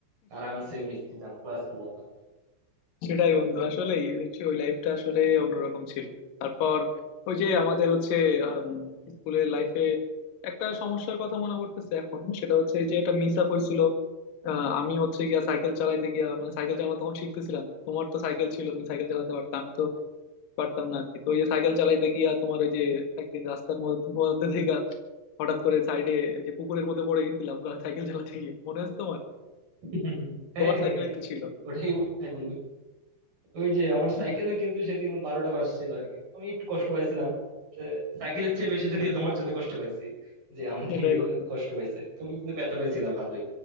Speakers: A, on the right; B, on the left.
A: আরামসে এমনি দিতাম ক্লাসগুলো
B: সেটাই বন্ধু আসলে ওই লাইফটা আসলে অন্যরকম ছিল তারপর ওই যে আমাদের হচ্ছে স্কুলের লাইফে একটা সমস্যার কথা মনে করতেছে এখন সেটা হচ্ছে যে একটা মিস আপ হয়েছিল আহ, আমি হচ্ছে গিয়া সাইকেল চালাইতে গিয়া মানে সাইকেল চালানো তখন শিখতেছিলাম তোমার তো সাইকেল ছিল তুমি সাইকেল চালাতে পারতাম পারতাম না আর কি তো ওই যে সাইকেল চালাইতে গিয়া তোমার ওই যে একদিন রাস্তার মধ্যে মধ্যে থেকে হঠাৎ করে সাইডে যে পুকুরের মধ্যে পড়ে গেছিলাম আমরা সাইকেল চালাতে গিয়ে মনে আছে তোমার
A: হ্যাঁ,
B: তোমার
A: হ্যাঁ,
B: সাইকেলে
A: হ্যাঁ। <laughs>
B: তো ছিল
A: ওটাই বলছিলাম বন্ধু ওই যে আমার সাইকেলে কিন্তু সেদিন বারোটা বাজছিল আর কি আমি একটু কষ্ট পাইছিলাম তো সাইকেলের চেয়ে বেশি যদিও তোমার জন্য কষ্ট পাইছি যে আমার
B: সেটাই
A: বন্ধুটা
B: বন্ধু
A: কষ্ট পাইছে তুমি কিন্তু ব্যথা পাইছিলা ভালোই